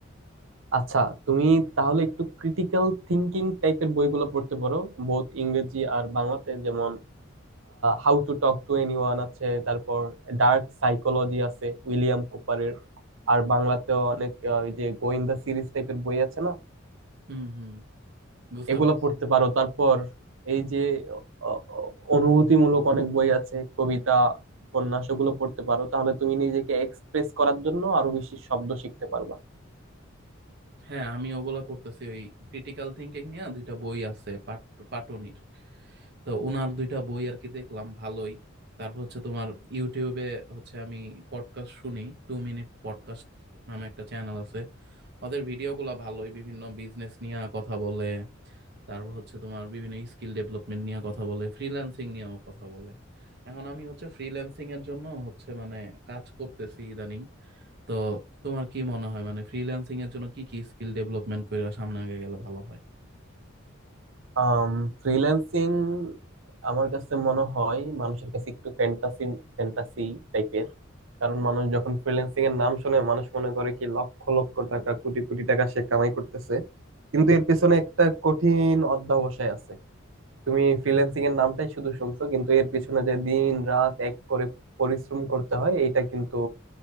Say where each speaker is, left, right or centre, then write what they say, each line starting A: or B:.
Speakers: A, on the right; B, on the right.
A: আচ্ছা তুমি তাহলে একটু ক্রিটিক্যাল থিঙ্কিং টাইপের বইগুলো পড়তে পারো বোথ ইংরেজি আর বাংলাতে যেমন how to talk to anyone আছে তারপর ডার্ক সাইকোলজি আছে উইলিয়াম কুপারের আর বাংলাতেও অনেক আহ, ওই যে গোয়েন্দা সিরিজ টাইপের বই আছে না
B: হুম হুম বুঝতে
A: এগুলো
B: পারছি
A: পড়তে পারো তারপর এই যে অ- অ- অনুভূতিমূলক অনেক বই আছে কবিতা উপন্যাস ওগুলো পড়তে পারো তাহলে তুমি নিজেকে এক্সপ্রেস করার জন্য আরো বেশি শব্দ শিখতে পারবা
B: হ্যাঁ আমি ওগুলা করতেছি ওই ক্রিটিক্যাল থিঙ্কিং নিয়ে দুইটা বই আছে পাট পাটনির তো ওনার দুইটা বই আর কি দেখলাম ভালোই তারপর হচ্ছে তোমার ইউটিউবে হচ্ছে আমি পডকাস্ট শুনি টু মিনিট পডকাস্ট নামে একটা চ্যানেল আছে ওদের ভিডিওগুলো ভালোই বিভিন্ন বিজনেস নিয়ে কথা বলে তারপর হচ্ছে তোমার বিভিন্ন স্কিল ডেভেলপমেন্ট নিয়ে কথা বলে ফ্রিল্যান্সিং নিয়েও কথা বলে এখন আমি হচ্ছে ফ্রিল্যান্সিং এর জন্য হচ্ছে মানে কাজ করতেছি ইদানিং তো তোমার কি মনে হয় মানে ফ্রিল্যান্সিং এর জন্য কি কি স্কিল ডেভেলপমেন্ট কইরা সামনে আগে গেলে ভালো হয়
A: আম ফ্রিল্যান্সিং আমার কাছে মনে হয় মানুষের কাছে একটু ফ্যান্টাসি ফ্যান্টাসি টাইপের কারণ মানুষ যখন ফ্রিল্যান্সিং এর নাম শোনে মানুষ মনে করে কি লক্ষ লক্ষ টাকা কোটি কোটি টাকা সে কামাই করতেছে কিন্তু এর পেছনে একটা কঠিন অধ্যবসায় আছে তুমি ফ্রিল্যান্সিং এর নামটাই শুধু শুনছো কিন্তু এর পিছনে যে দিন রাত এক করে পরিশ্রম করতে হয় এটা কিন্তু